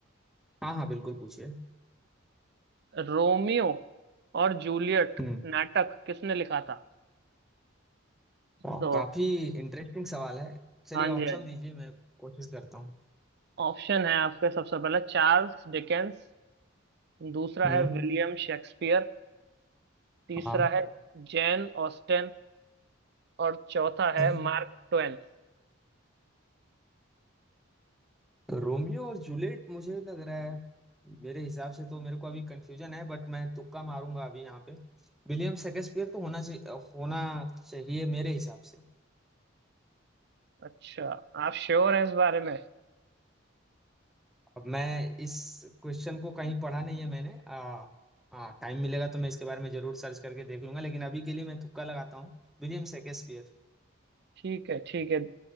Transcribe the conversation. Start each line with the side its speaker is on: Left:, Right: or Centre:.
Centre: हाँ हाँ बिल्कुल पूछिए
Right: रोमियो और जूलियट
Centre: हम्म
Right: नाटक किसने लिखा था
Centre: वाह
Right: तो
Centre: काफी इंटरेस्टिंग सवाल है चलिए
Right: हाँ जी
Centre: ऑप्शन
Right: हाँ जी
Centre: दीजिए मैं कोशिश करता हूँ
Right: ऑप्शन है आपके सबसे पहला चार्ल्स डिकेंस दूसरा
Centre: हम्म
Right: है विलियम शेक्सपियर तीसरा
Centre: हाँ
Right: है जैन ऑस्टेन और चौथा है
Centre: हाँ।
Right: मार्क ट्वेन
Centre: रोमियो और जूलियट मुझे लग रहा है मेरे हिसाब से तो मेरे को अभी कंफ्यूजन है बट मैं तुक्का मारूंगा अभी यहाँ पे विलियम शेक्सपियर तो होना चाहिए होना चाहिए मेरे हिसाब से
Right: अच्छा आप श्योर हैं इस बारे में
Centre: अब मैं इस क्वेश्चन को कहीं पढ़ा नहीं है मैंने आ, हाँ टाइम मिलेगा तो मैं इसके बारे में जरूर सर्च करके देख लूंगा लेकिन अभी के लिए मैं तुक्का लगाता हूँ William Shakespeare
Right: ठीक है ठीक है